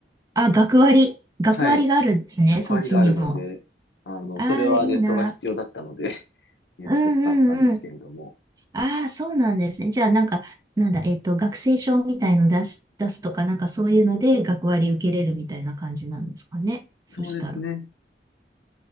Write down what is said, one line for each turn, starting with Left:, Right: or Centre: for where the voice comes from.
Right: あ、学割。学割があるんですね、
Left: はい。役割があるので、
Right: そっちにも。
Left: あの、
Right: ああ、
Left: それはネットが必要だったので、
Right: いいな。
Left: <laughs> ネットを使ったんですけれども。
Right: うんうんうん。ああ、そうなんですね。じゃあなんか、なんだ、えっと、学生証みたいの出し、出すとか、なんかそういうので学割受けれるみたいな感じなんですかね。
Left: そうですね。
Right: そしたら。